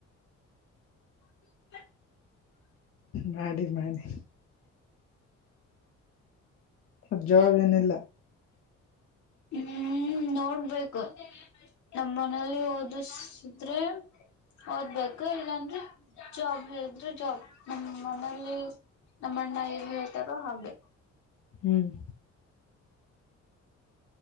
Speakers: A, on the left; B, on the left.
A: ಹ
B: ಮಾಡಡಿ ಮಾಡಡಿ ಮ್ ಜವಾಬ ಏನಿಲ್ಲ
A: ಹ್ಮ್ ನೋಡ್ಬೇಕು ನಮ್ಮ ಮನೇಲಿ ಹದ ದುಸಿದ್ರೆ ಓದ್ಬೇಕು ಇಲ್ಲಾನ್್ರಿ ಜಾಬ್ ಹೇಳಿದ್ರೆ ಜಾಬ್ ನಮ್ಮ ಮನಲಿ ನಮ್ಮಣ್ಣ ಹೇಳ್ತಾರೋ ಹಾಗೆ
B: ಹ್ಮ್